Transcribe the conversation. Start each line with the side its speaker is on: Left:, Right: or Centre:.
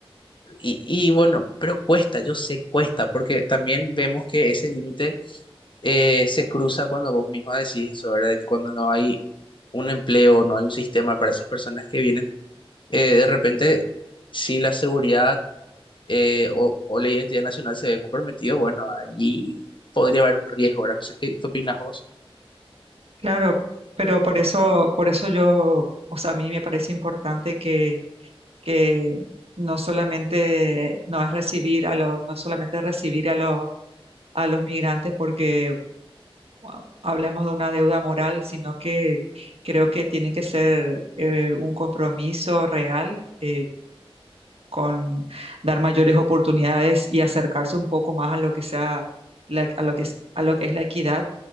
Left: Y, y bueno, pero cuesta, yo sé, cuesta, porque también vemos que ese límite eh, se cruza cuando vos misma decís eso, ¿verdad? De que cuando no hay un empleo, no hay un sistema para esas personas que vienen, eh, de repente, si la seguridad eh, o, o la identidad nacional se ve comprometido, bueno, allí podría haber un riesgo, ¿verdad? No sé qué, qué opinas vos.
Right: Claro, pero por eso, por eso yo, o sea, a mí me parece importante que que no solamente no es recibir a los, no solamente recibir a los, a los migrantes porque wow, hablamos de una deuda moral, sino que creo que tiene que ser eh, un compromiso real. eh, con dar mayores oportunidades y acercarse un poco más a lo que sea la- a lo que es, a lo que es la equidad